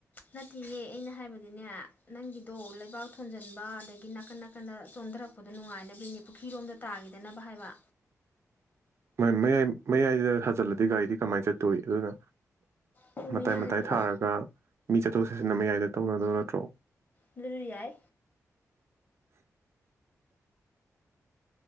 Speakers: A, on the left (about 30°); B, on the right (about 50°).
A: ꯅꯠꯇꯦꯌꯦꯦ ꯑꯩꯅ ꯍꯥꯏꯕꯗꯤꯅꯦ ꯅꯪꯒꯤꯗꯣ ꯂꯩꯕꯥꯛ ꯊꯣꯟꯖꯟꯕ ꯑꯗꯒꯤ ꯅꯥꯀꯟ ꯅꯥꯀꯟꯗ ꯆꯣꯟꯊꯔꯛꯄꯗꯣ ꯅꯨꯡꯉꯥꯏꯅꯕꯒꯤꯅꯦ ꯄꯨꯈ꯭ꯔꯤꯔꯣꯝꯗ ꯇꯥꯈꯤꯗꯅꯕ ꯍꯥꯏꯕ
B: ꯃꯌꯥꯏ ꯃꯌꯥꯏꯗ ꯍꯖꯤꯜꯂꯗꯤ ꯒꯥꯔꯤꯗꯤ ꯀꯃꯥꯏꯅ ꯆꯠꯇꯣꯏꯏ ꯑꯗꯨꯅ
A: ꯆꯨꯝꯃꯤꯅꯦ
B: ꯃꯇꯥꯏ
A: ꯑꯗꯨꯁꯨ
B: ꯃꯇꯥꯏ ꯊꯥꯔꯒ ꯃꯤ ꯆꯠꯊꯣꯛ ꯆꯠꯁꯤꯟ ꯃꯌꯥꯏꯗ ꯇꯧꯅꯗꯕ ꯅꯠꯇ꯭ꯔꯣ
A: ꯑꯗꯨꯁꯨ ꯌꯥꯏ
B: <unintelligible>